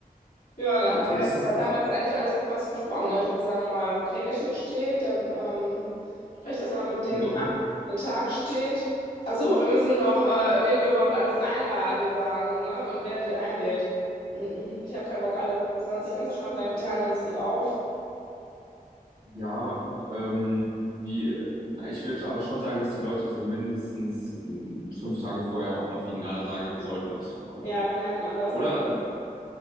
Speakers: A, on the left; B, on the right.
A: Ja,
B: Dann,
A: da
B: äh,
A: haben
B: dann
A: wir
B: ist
A: ja jetzt,
B: das
A: was
B: Programm
A: haben wir jetzt eigentlich alles fast besprochen, ne? Ich würde sagen, mal Location steht, dann ähm, sprech das mal mit
B: bestimmt
A: denen
B: noch
A: ab.
B: mal.
A: Der Tag steht. Ach so, wir müssen noch, äh, wen wir überhaupt alles einladen, sagen, ne? Und wer die einlädt. Ich habe keinen Bock, alle 20 anzuschreiben, vielleicht teilen wir uns die auf.
B: Ja, ähm, die, äh, ich würde aber schon sagen, dass die Leute so mindestens ähm, fünf Tage vorher auch mal final sagen sollten, ob sie kommen.
A: Ja, wie nennt man das
B: Oder
A: dann?